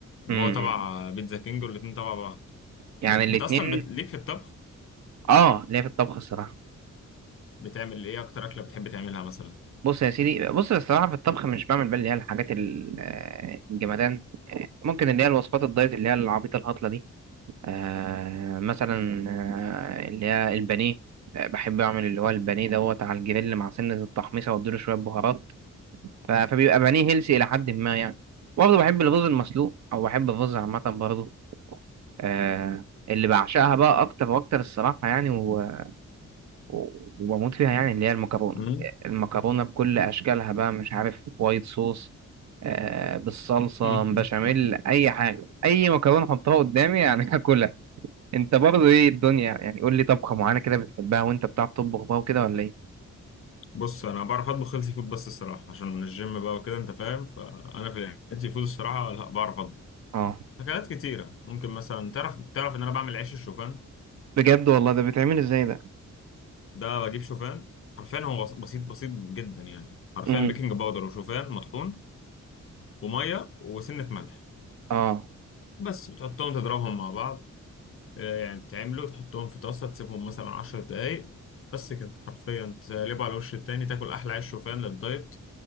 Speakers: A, on the left; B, on the right.
A: وهو
B: امم
A: تبع
B: امم.
A: بيتزا كينج والاتنين تبع بعض
B: يعني الاتنين
A: انت اصلا بت... ليك في الطبخ
B: اه ليا في الطبخ الصراحة
A: بتعمل ايه اكتر اكله بتحب تعملها مثلا
B: بص يا سيدي بص الصراحة في الطبخ مش بعمل بقى اللي هي الحاجات ال- آه، الجمدان ممكن اللي هي الوصفات الدايت اللي هي العبيطة الهطلة دي آه مثلا آه اللي هي البانيه آه، بحب اعمل اللي هو البانيه دوت على الجريل مع سنة التحميصة واديله شوية بهارات ف- فبيبقى بانيه هيلسي الى حد ما يعني برضه بحب الرز المسلوق او بحب الرز عامه برضه آه اللي بعشقها بقى اكتر واكتر الصراحه يعني و- و- وبموت فيها يعني اللي هي المكرونه
A: مم؟
B: المكرونه بكل اشكالها بقى مش عارف وايت صوص آه بالصلصه
A: <laughs>
B: بشاميل اي حاجه اي مكرونه حطها قدامي يعني <laughs> هاكلها انت برضه ايه الدنيا يعني قول لي طبخه معينه كده بتحبها وانت بتعرف تطبخ بقى وكده ولا ايه
A: بص انا بعرف اطبخ هيلثي فود بس الصراحه عشان من الجيم بقى وكده انت فاهم فانا في الهيلثي فود الصراحه لا بعرف اطبخ
B: اه
A: اكلات كتيره ممكن مثلا تعرف تعرف ان انا بعمل عيش الشوفان
B: بجد والله ده بيتعمل ازاي ده
A: ده بجيب شوفان حرفيا هو بس- بسيط بسيط جدا يعني حرفيا
B: امم
A: بيكنج باودر وشوفان مطحون وميه وسنه ملح
B: اه
A: بس بتحطهم تضربهم مع بعض آه، يعني بتعملوا تحطهم في طاسة تسيبهم مثلا عشر دقايق بس كده حرفيا تقلبه على وش التاني تاكل أحلى عيش شوفان للدايت